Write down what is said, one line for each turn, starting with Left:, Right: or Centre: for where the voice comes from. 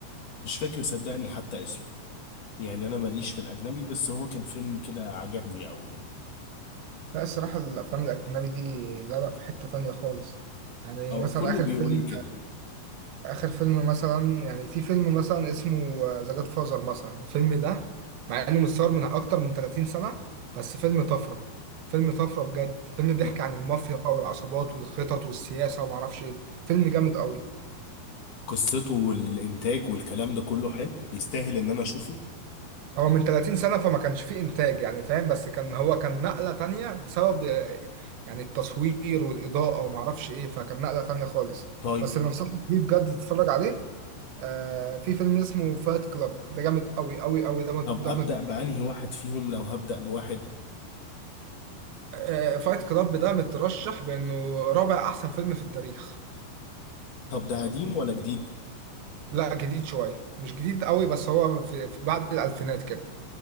Left: مش فاكر صدقني حتى اسمه يعني انا ماليش في الاجنبي بس هو كان فيلم كده عجبني قوي يعني
Right: لا الصراحة الأفلام الأجنبي دي لا لا في حتة تانية خالص يعني
Left: اه
Right: مثلا
Left: كله
Right: آخر
Left: بيقول
Right: فيلم
Left: لي كده
Right: آخر فيلم مثلا يعني في فيلم مثلا اسمه ذا جاد فازر مثلا الفيلم ده مع إنه متصور من أكتر من 30 سنة بس فيلم طفرة فيلم طفرة بجد فيلم بيحكي
Left: لا،
Right: عن المافيا بقى والعصابات والخطط والسياسة ومعرفش إيه فيلم جامد قوي
Left: قصته والانتاج والكلام ده كله حلو يستاهل ان انا اشوفه
Right: هو من 30 سنة فما كانش فيه إنتاج يعني فاهم بس كان هو كان نقلة تانية بسبب آه، يعني التصوير والإضاءة وما أعرفش إيه فكان نقلة تانية خالص
Left: طيب
Right: بس اللي أنصحك بيه بجد تتفرج عليه آه في فيلم اسمه فايت كلاب ده جامد أوي أوي أوي ده مت-
Left: طب
Right: ده
Left: ابدا
Right: مت-
Left: بانهي واحد فيهم لو هبدا بواحد
Right: آه فايت كلاب ده مترشح بإنه رابع أحسن فيلم في التاريخ
Left: طب ده قديم ولا جديد
Right: لا جديد شوية مش جديد أوي بس هو في, في بعد الألفينات كده